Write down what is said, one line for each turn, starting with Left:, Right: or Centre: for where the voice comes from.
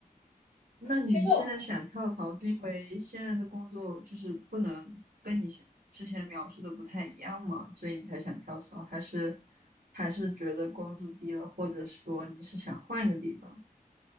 Right: 那你现在想跳槽，
Left: 其实我
Right: 是因为现在的工作就是不能跟你现之前描述的不太一样吗？所以你才想跳槽，还是还是觉得工资低了，或者说你是想换个地方？